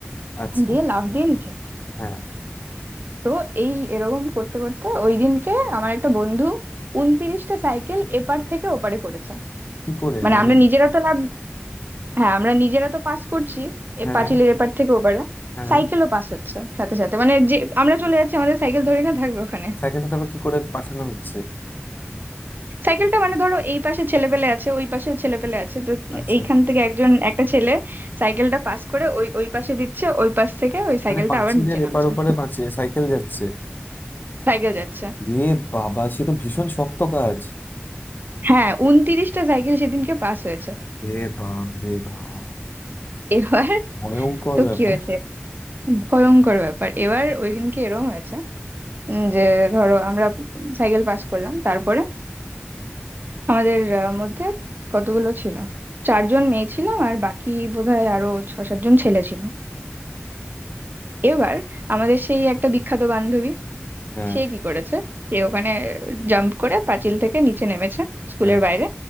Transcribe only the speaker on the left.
আচ্ছা
হ্যাঁ
কি করে
মানে
হ্যাঁ
হ্যাঁ
সাইকেলটা তারপর কি করে পাঠানো হচ্ছে
আচ্ছা
মানে পাঁচিলের
এপার ওপারে পাঁচিল সাইকেল যাচ্ছে
রে বাবা সে তো ভীষণ শক্ত কাজ
রে বাপ রে বাপ
ভয়ঙ্কর
ব্যাপার
হ্যাঁ
হ্যাঁ